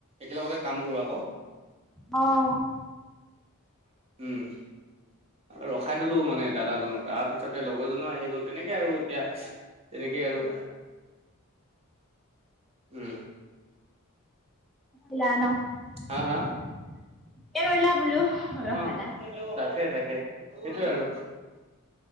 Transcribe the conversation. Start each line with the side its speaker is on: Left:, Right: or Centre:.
Right: একেলগতে কাম কৰো আক
Centre: অ',
Right: উম',। ৰখাই থলো মানে দাদাজনক তাৰপিছতে লগৰজনো আহি গ'ল তেনেকে আৰু এতিয়া। তেনেকেই আৰু। উম',।
Centre: ওলাই ন
Right: হা
Centre: ঠিকে
Right: হা
Centre: কৰিলা বোলো ৰখালা।
Right: অ', তাকে তাকে সেইটোয়ে আৰু।